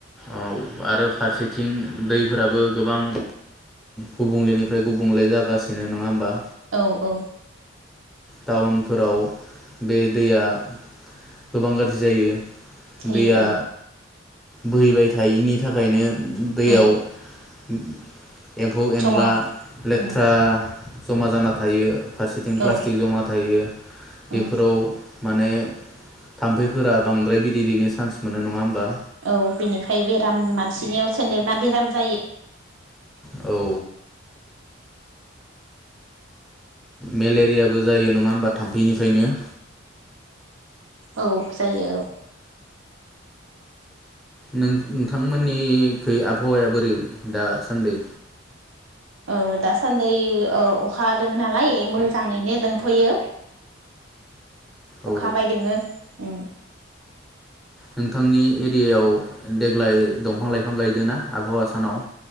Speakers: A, in the centre; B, on the right (about 85°).
A: औ आरो फारसेथिं दैफोराबो गोबां गुबुंलेनिफ्राय गुबुंले जागासिनो नङा होमबा?
B: औ औ।
A: टाउनफोराव बे दैया गोबां गाज्रि जायो।
B: जायो
A: दैया
B: औ
A: बोहैबाय था थायिनि थाखायनो दैयाव
B: उम
A: उम एम्फौ एनला
B: जमा
A: लेथ्रा
B: उम
A: जमा जाना थायो फारसेथिं प्लास
B: औ
A: जमा थायो बेफोराव
B: उम
A: माने थामफैफोर आ बांद्राय बिदै दैनो चान्स मोनो नङा होमबा
B: औ बिनिफ्राय बेराम मान सिनियाव सोनन्देरना बेराम जायो।
A: औ मेलेरियाबो जायो नङा होमबा थाम्फैनिफ्रायनो?
B: औ जायो औ।
A: नों नोंथांमोननिगै आबहावाया बोरै दासान्दै?
B: ओ दासान्दै ओ अखा हादों नालाय मोजाङैनो दंथ'यो।
A: औ
B: अखा हाबायदोङो। उम
A: नोंथांनि एरियायाव देग्लाय दंफां लाइफां गायदों ना आबहावा सानाव?